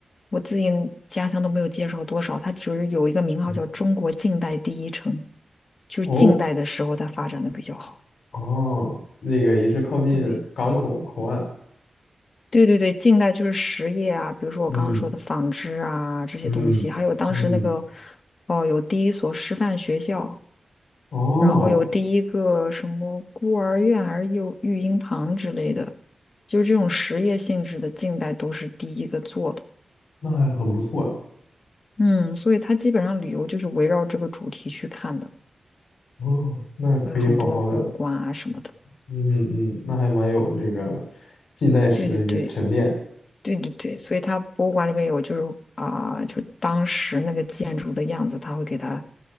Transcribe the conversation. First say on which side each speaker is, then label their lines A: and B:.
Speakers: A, on the left; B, on the left.
A: 我自己家乡都没有介绍多少，它只是有一个名号叫中国近代第一城，
B: <laughs>
A: 就是近代的时候它发展的比较好。
B: 哦，哦，那个也是靠近港口口岸，
A: 对，对对对，近代就是实业啊，比如说我刚刚说的纺织啊这些东西，
B: 嗯嗯嗯，
A: 还有当时那个哦，有第一所师范学校，
B: 哦，
A: 然后有第一个什么孤儿院还是幼育婴堂之类的，就是这种实业性质的，近代都是第一个做的。
B: 那还很不错呀，
A: 嗯，所以它基本上旅游就是围绕这个主题去看的，
B: 哦，那可以好好的，
A: 有很多博物馆啊什么的。
B: 嗯嗯，那还蛮有这个近代史的一个沉淀，
A: 对对对。对对对，所以它博物馆里面有，就是啊、就当时那个建筑的样子，它会给它